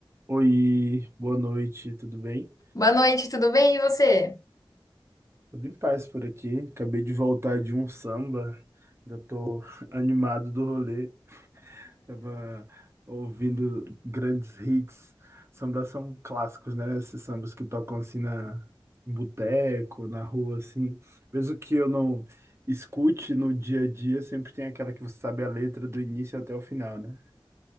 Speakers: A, on the right; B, on the left.
A: Oi, boa noite, tudo bem?
B: Boa noite, tudo bem? E você?
A: Tudo em paz por aqui. Acabei de voltar de um samba, ainda tô <laughs> animado do rolê. Tava ouvindo grandes hits. Sambas são clássicos, né? Esses sambas que tocam assim na em boteco, na rua, assim. Mesmo que eu não escute no dia a dia, sempre tem aquela que você sabe a letra do início até o final, né?